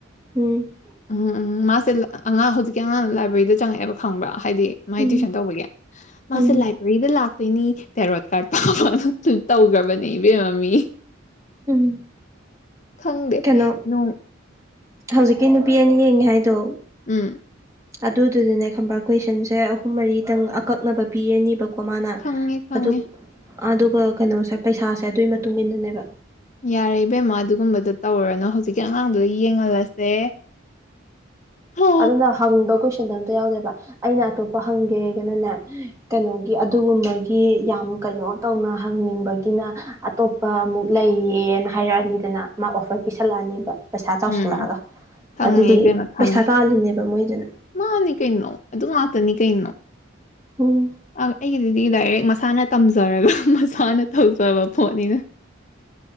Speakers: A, on the right; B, on the left.
A: ꯎꯝ
B: ꯎꯝ ꯎꯝ ꯃꯥꯁꯦ ꯑꯉꯥꯡ ꯍꯧꯖꯤꯛꯀꯤ ꯑꯉꯥꯡꯅ ꯂꯥꯏꯕ꯭ꯔꯦꯔꯤꯗ ꯆꯪꯉꯛꯑꯦꯕ ꯈꯪꯕ꯭ꯔꯥ ꯍꯥꯏꯗꯤ ꯃꯥꯥꯏ
A: ꯎꯝ
B: ꯇꯨꯏꯁꯟ ꯇꯧꯕꯒꯤ ꯃꯥꯁꯦ
A: ꯎꯝ
B: ꯂꯥꯏꯕ꯭ꯔꯦꯔꯤꯗ ꯂꯥꯛꯇꯣꯏꯅꯤ ꯇꯦꯔꯣꯠ ꯀꯥꯔꯠ ꯄꯥꯕꯅꯥ ꯑꯗꯨ ꯇꯧꯈ꯭ꯔꯕꯅꯦ ꯏꯕꯦꯝꯃꯥ ꯃꯤ
A: ꯎꯝ
B: ꯈꯪꯗꯦ
A: ꯀꯩꯅꯣ
B: ꯅꯨꯡ
A: ꯍꯧꯖꯤꯛꯀꯤ ꯅꯨꯄꯤ ꯑꯅꯤ ꯌꯦꯡꯉꯤ ꯍꯥꯏꯗꯣ
B: ꯎꯝ
A: ꯑꯗꯨꯗꯨꯅꯥꯅꯦ ꯈꯪꯕ ꯀꯣꯏꯁꯟꯁꯦ ꯑꯍꯨꯝ ꯃꯔꯤꯗꯪ ꯑꯀꯛꯅꯕ ꯄꯤꯔꯅꯤꯕꯀꯣ ꯀꯣ ꯃꯥꯅ
B: ꯈꯪꯉꯦ ꯈꯪꯉꯦ
A: ꯑꯗꯨ ꯑꯗꯨꯒ ꯀꯩꯅꯣꯁꯦ ꯄꯩꯁꯥꯁꯦ ꯑꯗꯨꯒꯤ ꯃꯇꯨꯡ ꯏꯟꯅꯅꯦꯕ
B: ꯌꯥꯔꯦ ꯏꯕꯦꯝꯃꯥ ꯑꯗꯨꯒꯨꯝꯕꯗꯣ ꯇꯧꯔꯅꯨ ꯍꯧꯖꯤꯛꯀꯤ ꯑꯉꯥꯡꯗꯨꯗ ꯌꯦꯡꯍꯜꯂꯁꯦ ꯍꯥ
A: ꯑꯗꯨꯅ ꯍꯪꯕ ꯀꯣꯏꯁꯟꯗꯣ ꯑꯝꯇ ꯌꯥꯎꯗꯦꯕ ꯑꯩꯅ ꯑꯇꯣꯞꯄ ꯍꯪꯒꯦ ꯍꯥꯏꯒꯅꯅꯦ ꯀꯩꯅꯣꯒꯤ ꯑꯗꯨꯒꯨꯝꯕꯒꯤ ꯌꯥꯝ ꯀꯩꯅꯣ ꯇꯧꯅ ꯍꯪꯅꯤꯡꯕꯒꯤꯅ ꯑꯇꯣꯞꯄ ꯑꯃꯨꯛ ꯂꯩꯌꯦꯅ ꯍꯥꯏꯔꯛꯑꯅꯤꯗꯅ ꯃꯥ ꯑꯣꯐꯔ ꯄꯤꯁꯜꯂꯛꯑꯅꯤꯕ ꯄꯩꯁꯥ ꯆꯥꯎꯁꯜꯂꯛꯑꯒ
B: ꯎꯝ ꯈꯪꯉꯦ
A: ꯑꯗꯨꯗꯤ
B: ꯏꯕꯦꯝꯃ ꯈꯪꯉꯦ
A: ꯄꯩꯁꯥ ꯇꯥꯜꯂꯤꯅꯦꯕ ꯃꯣꯏꯗꯨꯅ
B: ꯃꯥꯅꯤ ꯀꯩꯅꯣ ꯑꯗꯨ ꯉꯥꯛꯇꯅꯤ ꯀꯩꯅꯣ
A: ꯎꯝ
B: ꯑꯩꯒꯤꯗꯨꯗꯤ ꯗꯥꯏꯔꯦꯛ ꯃꯁꯥꯅ ꯇꯝꯖꯔꯒ ꯃꯁꯥꯅ ꯇꯧꯖꯕ ꯄꯣꯠꯅꯤꯅ